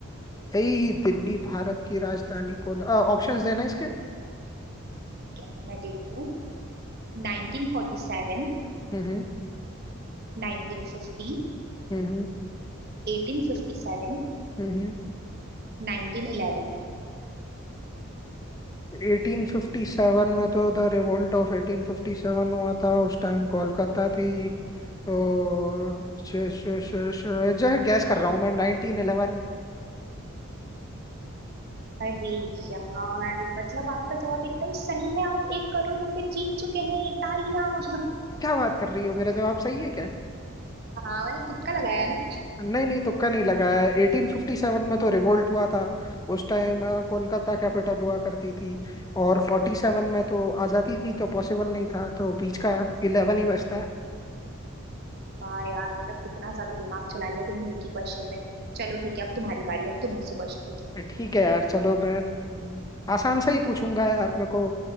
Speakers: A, on the left (about 15°); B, on the right (about 45°).
A: यही दिल्ली भारत की राजधानी को ऑप्शंस देना इसके
B: क्या मैं देती हूँ 1947
A: हम्म
B: 1950
A: हम्म
B: 1857
A: हम्म
B: 1911
A: एटीन फिफ्टी सेवन में तो the revolt of eighteen fifty seven हुआ था उस टाइम कोलकाता थी तो श, श, श, श, जो है गैस कर रहा हूँ मैं नाइनटीन इलेवन
B: अरे यार मतलब आपका जवाब एकदम सही है आप एक करोड़ रुपए जीत चुके हैं तालियां
A: क्या बात कर रही हो मेरा जवाब सही है क्या
B: हाँ मैंने तुक्का लगाया है ना
A: नहीं नहीं तुक्का नहीं लगाया 1857 में तो रिवोल्ट हुआ था उस टाइम अ, कोलकाता कैपिटल हुआ करती थी और 47 में तो आज़ादी थी तो पॉसिबल नहीं था तो बीच का 11 ही बचता
B: वाह यार मतलब कितना ज्यादा दिमाग चला लिया तुमने एक ही क्वेश्चन में चलो ठीक है अब तुम्हारी बारी अब तुम मुझसे क्वेश्चन पूछो
A: है ठीक है यार चलो मैं हम्म, आसान सा ही पूछूंगा यार मेरे को